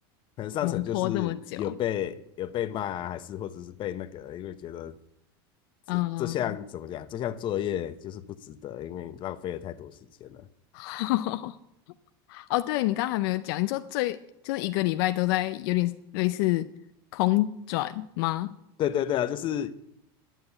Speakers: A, on the left; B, on the left.
A: 可能上层就是有被有被骂啊，
B: 摩拖这么久，
A: 还是或者是被那个，因为觉得这这项怎么讲，
B: 嗯，
A: 这项作业就是不值得，因为你浪费了太多时间了。
B: <laughs> 哦，对你刚刚还没有讲，你说最就是一个礼拜都在有点类似空转吗？
A: 对对对啊，就是